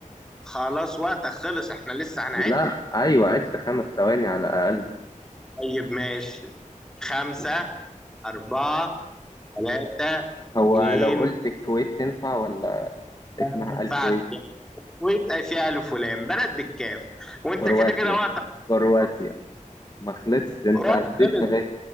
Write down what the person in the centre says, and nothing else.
خلاص وقتك خلص احنا لسه هنعد
طيب ماشي خمسة أربعة ثلاثة
اتنين
لا، ما ينفعش
ويبقى فيها ألف ولام بلد بالكاف وأنت
كده كده وقتك
خلاص
وقتك
خلص